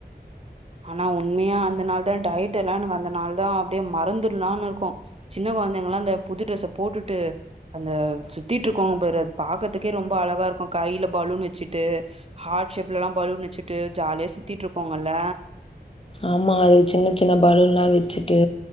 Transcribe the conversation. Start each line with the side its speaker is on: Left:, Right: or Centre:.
Right: ஆனா உண்மையா அந்த நாள் தா டயட் எல்லா எனக் அந்த நாள்தா அப்டியே மறந்துர்லான் இருக்கு சின்ன குழந்தைங்கலா இந்த புது ட்ரெஸ்ஸ போட்டுட்டு அந்த சுத்திட்டு இருக்கோங்க பாரு அது பாக்கறதுக்கே ரொம்ப அழகா இருக்கு கையில பலூன் வச்சுட்டு ஹார்ட் ஷேப்ல எல்லா பலூன் நச்சுட்டு ஜாலியா சுத்திட்டு இருபாக்கங்கல்ல
Left: ஆமா அது சின்ன சின்ன பலூன் எல்லா வச்சுட்டு